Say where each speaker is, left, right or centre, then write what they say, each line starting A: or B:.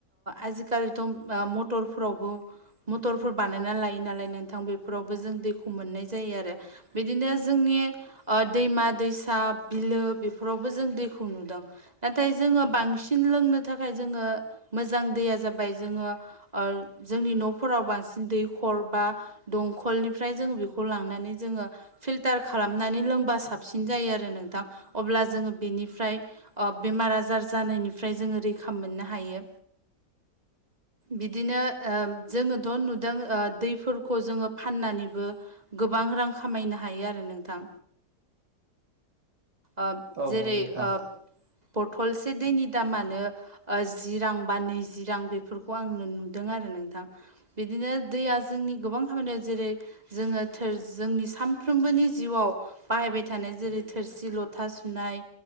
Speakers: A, on the right (about 25°); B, on the right (about 85°).
A: आजिखालिथ' मटरफोरावबो मटरफोर बानायना लायो नालाय नोंथां बेफोरावबो जों दैखौ मोननाय जायो आरो। बिदिनो जोंनि दैमा दैसा बिलो बेफोरावबो जों दैखौ नुदों। नाथाय जोङो बांसिन लोंनो थाखाय जोङो मोजां दैया जाबाय जोङो ओ जोंनि न'फोराव बांसिन दैखर बा दंखलनिफ्राय जोङो बेखौ लांनानै जोङो फिल्टार खालामनानै लोंबा साबसिन जायो आरो नोंथां अब्ला जोङो बेनिफ्राय ओ बेमार आजार जानायनिफ्राय जोङो रैखा मोननो हायो। बिदिनो उम जोङोथ' नुदों ओ दैफोरखौ जोङो फाननानैबो गोबां रां खामायनो हायो आरो नोंथां। ओब
B: औ
A: जेरै
B: औ नंगौ नोंथां
A: ओब बथलसे दैनि दामानो ओ जि रां बा नैजि रां बेफोरखौ आंनो नुदों आरो नोंथां। बिदिनो दैया जोंनि गोबां खामानियाव जेरै जोङो थोर जोंनि सामफ्रोमबोनि जिउआव बाहायबाय थानाय जेरै थोरसि ल'था सुनाय